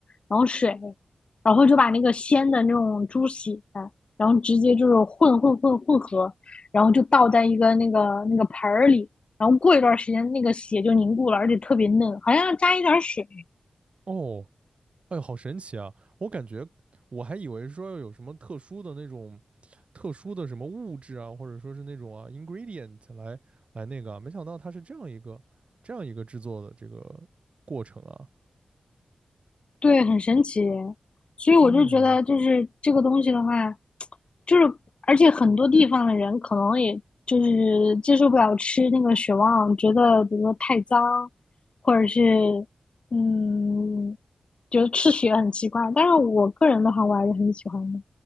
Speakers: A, on the left; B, on the right.
A: 然后水，然后就把那个鲜的那种猪血，然后直接就是混混混混合，然后就倒在一个那个那个盆儿里。然后过一段时间那个血就凝固了，而且特别嫩，好像要加一点水。
B: 哦，哎呦，好神奇啊！我感觉我还以为说要有什么特殊的那种特殊的什么物质啊，或者说是那种啊 ingredient 来来那个啊没想到它是这样一个这样一个制作的这个过程啊。
A: 对，很神奇。所以我就觉得，
B: 嗯，
A: 就是这个东西的话，就是而且很多地方的人可能也就是接受不了吃那个血旺，觉得比如说太脏，或者是嗯，觉得吃血很奇怪。但是我个人的话，我还是很喜欢的。